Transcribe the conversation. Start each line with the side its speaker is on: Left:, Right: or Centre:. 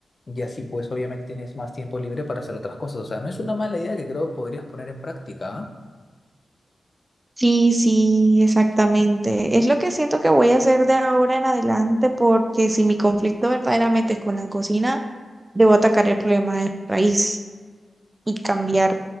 Left: Y así pues obviamente tienes más tiempo libre para hacer otras cosas. O sea, no es una mala idea que creo que podrías poner en práctica, ¿ah?
Right: Sí, sí, exactamente. Es lo que siento que voy a hacer de ahora en adelante porque si mi conflicto verdaderamente es con la cocina, debo atacar el problema de raíz y cambiar